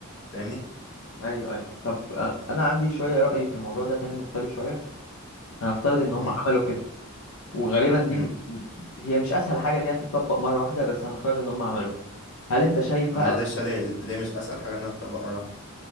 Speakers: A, on the left; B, on the left.
A: فاهمني
B: ايوه ايوه طب أ- انا عندي شويه راي في الموضوع ده تاني مختلف شويه هنفترض ان هم
A: مم.
B: عملوا كده وغالبا دي
A: مم.
B: م... هي مش اسهل حاجه ان هي تتطبق مره واحده بس هنفترض ان هم عملوها هل انت شايف
A: طب
B: بقى
A: معلش
B: الم-
A: ليه ليه مش اسهل حاجه ان أنا اطبق مره واحده